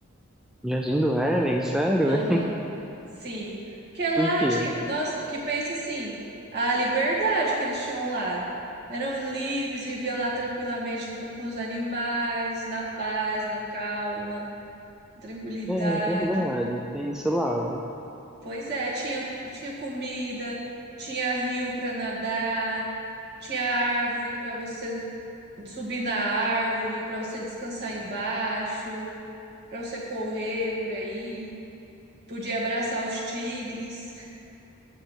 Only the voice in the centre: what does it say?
Jardim do Éden, sério?
<laughs>
Por quê?
É verdade, tem esse lado.